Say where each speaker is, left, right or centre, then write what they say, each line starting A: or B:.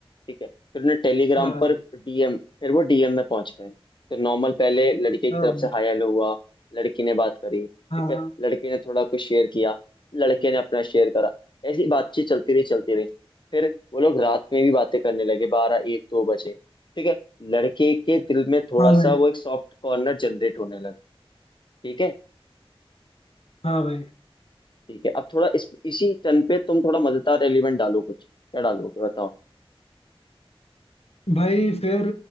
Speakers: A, on the left (about 50°); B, on the left (about 80°).
A: ठीक है फिर उन्हें टेलीग्राम
B: हाँ भाई
A: पर डीएम फिर वो डीएम में पहुंच गए तो नॉर्मल पहले लड़के
B: हाँ
A: की तरफ से
B: भाई
A: हाय हेलो हुआ लड़की ने बात करी ठीक
B: हाँ
A: है
B: हाँ
A: लड़के ने थोड़ा कुछ शेयर किया लड़के ने अपना शेयर करा ऐसी बातचीत चलती रही चलती रही फिर वो लोग रात में भी बातें करने लगे बारह एक दो बजे ठीक है लड़के के दिल में थोड़ा
B: हाँ भाई
A: सा वो एक सॉफ्ट कॉर्नर जनरेट होने लगा ठीक है
B: हाँ भाई
A: ठीक है अब थोड़ा इस इसी टर्न पे तुम थोड़ा मजेदार एलिमेंट डालो कुछ क्या डालोगे बताओ
B: भाई फिर